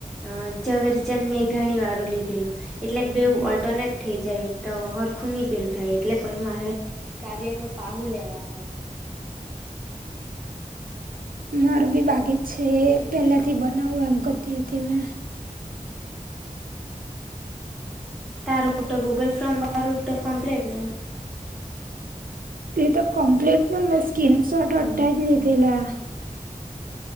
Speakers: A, in the centre; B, on the right.
A: અ ઝવેરચંદ મેઘાણી વાળું લીધેલું. એટલે બેવું
B: હમ.
A: ઓલ્ટરનેટ થઇ જાય તો. ખૂની પીલ થાય એટલે પછી મારે કાવ્ય નું પહુ લેવા પડે <inaudible>
B: માર બી બાકી જ છે એ પેલાથી બનાવવું એમ કરતી હતી મેં.
A: તારૂટ ગૂગલ ફ્રોમૂટ કમ્પ્લીટ ન.
B: એ તો કમ્પ્લીટ પણ મેં સ્કીન શોટ અડ્ડા જ લીધેલા.